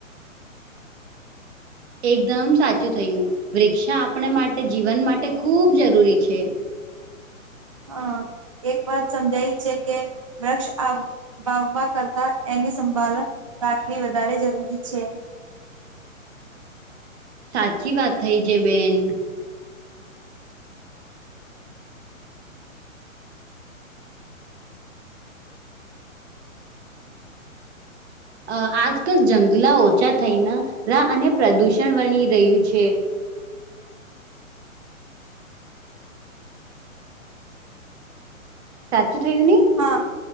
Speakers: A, on the right; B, on the right.
A: એકદમ સાચું થયું. વૃક્ષા આપણે માટે જીવન માટે ખૂબ જરૂરી છે.
B: હા, એક વાત સમજાય છે કે વૃક્ષ આ વાાવવા કરતા એની સંભાળ રાખવી વધારે જરૂરી છે.
A: સાચી વાત થઈ છે બેન. અ આજકાલ જંગલા ઓછા થઈને રા અને પ્રદુષણ વણી રહ્યું છે. સાચું થાય ને?
B: હા